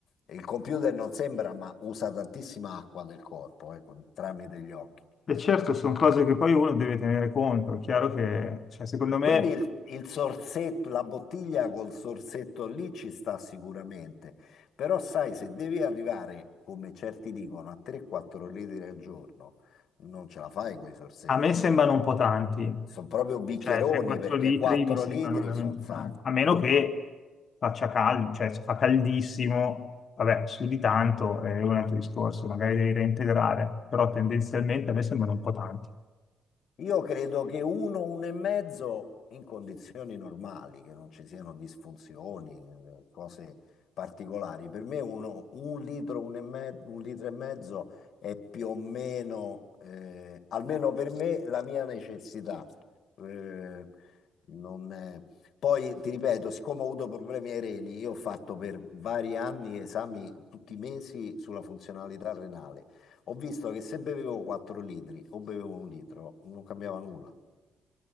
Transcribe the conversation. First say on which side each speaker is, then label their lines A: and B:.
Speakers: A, on the left; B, on the left.
A: E Il computer non sembra, ma usa tantissima acqua del corpo, eh, con- tramite gli occhi.
B: certo
A: eh.
B: sono cose che poi uno deve tenere conto. È chiaro che, cioè, secondo me,
A: Quindi il, il sorsetto, la bottiglia col sorsetto lì ci sta sicuramente, però sai, se devi arrivare, come certi dicono, a 3-4 litri al giorno, non ce la fai con i sorsetti.
B: A me sembrano un po' tanti,
A: Sono proprio bicchieroni
B: cioè 3-4
A: perché
B: litri
A: 4
B: mi sembrano
A: litri
B: veramente
A: sono un sacco.
B: tanti, a meno
A: Sì.
B: che faccia caldo, cioè se fa caldissimo, vabbè,
A: No.
B: su di tanto è un altro discorso, magari devi reintegrare, però tendenzialmente a me sembrano un po' tanti.
A: Io credo che uno, uno e mezzo in condizioni normali, che non ci siano disfunzioni, eh, cose particolari. Per me uno, un litro, un, e me- un litro e mezzo è più o meno, eh, almeno per me, la mia necessità. Eh, non è- Poi ti ripeto, siccome ho avuto problemi ai reni, io ho fatto per vari anni esami tutti i mesi sulla funzionalità renale. Ho visto che se bevevo 4 litri o bevevo un litro, non cambiava nulla.